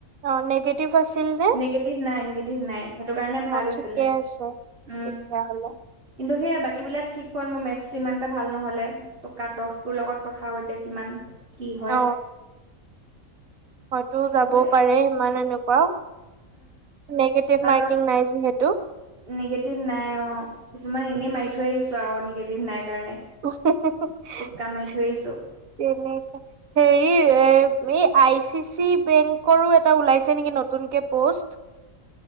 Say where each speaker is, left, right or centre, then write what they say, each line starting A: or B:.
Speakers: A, on the right; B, on the right.
A: অঁ নিগেটিভ আছিল যে
B: নিগেটিভ নাই নিগেটিভ নাই সেইটো কাৰণে ভাল
A: ঠিকে
B: আছিলে।
A: আছে
B: উম
A: তেতিয়াহ'লে
B: কিন্তু সেয়া বাকীবিলাক ঠিক হ'ল মোৰ মেথছটো ইমান এটা ভাল নহলে, কাটফটোৰ লগত কথা হৈ থা কিমান কি হয়?
A: অ হয়তো
B: সেইটোৱে
A: যাবও পাৰে ইমান এনেকুৱা। নিগেটিভ
B: আকল,
A: মাৰ্কিং নাই যিহেতু
B: নিগেটিভ নাই অঁ কিছুমান এনেই মাৰি থৈ আহিছো। আৰু নিগেটিভ নাই কাৰণে।
A: <unintelligible>
B: টোক্কা মাৰি থৈ আহিছো
A: হেৰি এ এই আই চি চি বেংকৰো এটা ওলাইছে নেকি নতুনকে প'ষ্ট।